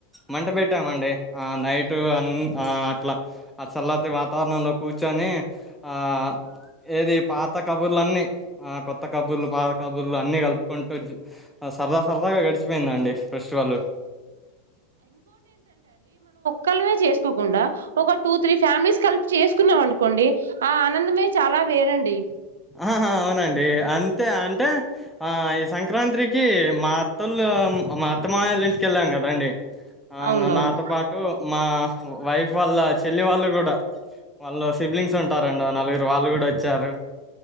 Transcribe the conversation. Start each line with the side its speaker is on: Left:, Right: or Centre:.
Centre: మంట పెట్టామండి ఆ నైటు అ ఆ అట్లా ఆ చల్లటి వాతావరణంలో కూర్చొని ఆ ఏది పాత కబుర్లు అన్నిీ ఆ కొత్త కబుర్లు పాత కబుర్లు అన్నీ కలుపుకుంటూ సరదా సరదాగా గడిచిపోయిందండి ఫెస్టివల్
Right: కల్వే చేసుకోకుండా ఒక టూ త్రీ ఫ్యామిలీస్ కలిప్ చేసుకున్నాం అనుకోండి ఆ ఆనందమే చాలా వేరండి
Centre: ఆహ అవునండి అంతే అంటే ఆ ఈ సంక్రాంత్రికి మాత్తలు మా అత్త మావయ్యాలు ఇంటికెళ్ళాం కదా అండి ఆ
Right: అవునవును
Centre: నా నాతో పాటు మా వైఫ్ వాళ్ళ చెల్లి వాళ్ళు కూడా వాళ్ స్ సిబ్లింగ్స్ ఉంటారండి ఓ నలుగురు వాళ్ళు కూడా వచ్చారు